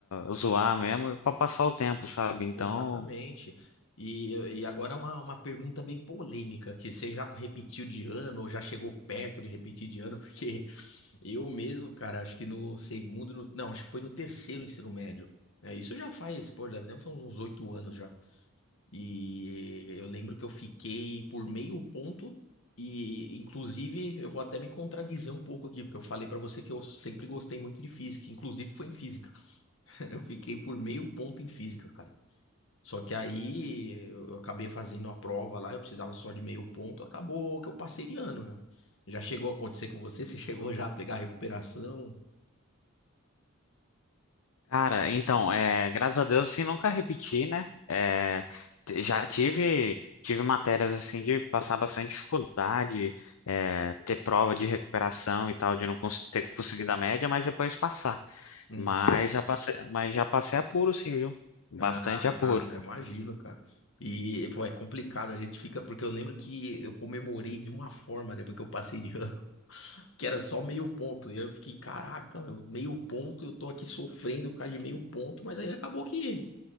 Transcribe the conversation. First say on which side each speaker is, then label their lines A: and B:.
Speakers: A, on the left; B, on the left.
A: zoar mesmo para passar o tempo, sabe? Então
B: exatamente. E, e agora é uma, uma pergunta bem polêmica, que você já repetiu de ano ou já chegou perto de repetir de ano, porque <laughs> eu mesmo, cara, acho que no segundo, no- não, acho que foi no terceiro ensino médio. É, isso já faz, pô, deve ter uns oito anos já. E eu lembro que eu fiquei por meio ponto. E, inclusive, eu vou até me contradizer um pouco aqui, porque eu falei pra você que eu sempre gostei muito de física. Inclusive, foi em física. <laughs> Eu fiquei por meio ponto em física, cara. Só que aí eu eu acabei fazendo a prova lá, eu precisava só de meio ponto. Acabou que eu passei de ano, né? Já chegou a acontecer com você? <laughs> Você chegou já a pegar a recuperação?
A: Cara, então, é, graças a Deus, assim, nunca repeti, né? É, t- já tive, tive matérias, assim, de passar bastante dificuldade, é, ter prova de recuperação e tal, de não cons- ter conseguido a média, mas depois passar.
B: Hum.
A: Mas já passei, mas já passei apuro, sim, viu? Bastante
B: Ah,
A: apuro.
B: eu imagino, cara. E, pô, é complicado, a gente fica, porque eu lembro que eu comemorei de uma forma depois que eu passei de ano, <laughs> que era só meio ponto. E aí eu fiquei, caraca, meu, meio ponto, eu tô aqui sofrendo por causa de meio ponto, mas aí acabou que